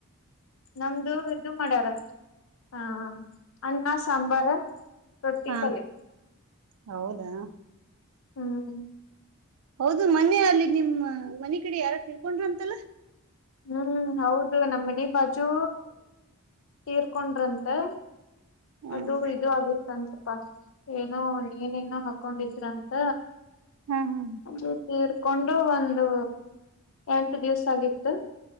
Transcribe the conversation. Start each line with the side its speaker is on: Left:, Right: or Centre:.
Left: ನಮ್ದು ಇದು ಮಾಡ್ಯಾರ ಹ ಅನ್ನ ಸಾಂಬಾರ್. ನೊಟ್ಟಿಪಲೆ.
Right: ಹಾ ಹೌದಾ.
Left: ಹ್ಮ್.
Right: ಹೌದು ಮನೆ ಅಲ್ಲಿ ನಿಮ್ಮ ಮನೆ ಕಡೆ ಯಾರ ತಿರ್ಕೊಂಡ್ರಂತಲ್ಲ.
Left: ಹ್ಮ್ ಹೌದು ನಮ್ಮ ಮನೆ ಬಾಜು ತರ್ <unintelligible> ಕಕೊಂಡ್ರಂತೆ
Right: ಹ್ಮ್
Left: ಅದು ಇದು ಆಗಿತ್ತ ಅಂತ ಪ್ಪಾ ಏನೋ ನೀನೇನೋ ಹಾಕೊಂಡಿದ್ರಂತ
Right: ಹಾ ಹಾ
Left: ಅ ತೀರ್ಥ <unintelligible> ಹಕೊಂಡು ಒಂದು ಎಂಟ ದಿವ್ಸ ಆಗಿತ್ತು. ಹ.